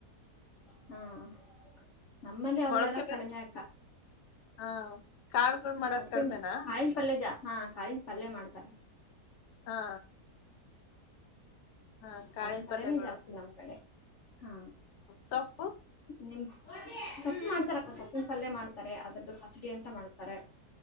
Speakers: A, on the left; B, on the left.
A: ಹ್ಮ್ ನಮ್ಮಲ್ಲಿ ಅವ್ರಲ್ಲ
B: ಮೊಳಕೆ ಬರ್
A: ಕಡಿಮೆ ಆಕ್ಕ
B: ಹಾ ಕಾಳ್ಗಳ್ ಮಾಡೋದ್
A: ಸೊಪ್ಪಿನ್
B: ಕಡ್ಮೆನಾ
A: ಕಾಯ್ ಪಲ್ಲೆ ಜಾ ಹಾ ಕಾಳಿನ ಪಲ್ಯ ಮಾಡ್ತಾರೆ.
B: ಹಾ ಹಾ ಕಾಳಿನ್
A: ಕಾಳಿನ ಪಲ್ಯ
B: ಪಲ್ಯಗಳು
A: ನೆ ಜಾಸ್ತಿ ನಮ್ ಕಡೆ ಹಾ
B: ಸೊಪ್ಪು
A: ನಿಮ್ ಸೊಪ್ಪು ಮಾಡ್ತಾರಕ್ಕ ಸೊಪ್ಪಿನ ಪಲ್ಯೆ ಮಾಡ್ತಾರೆ ಅದ್ರದು ಪಚಡಿ ಅಂತ ಮಾಡ್ ತಾರೆ.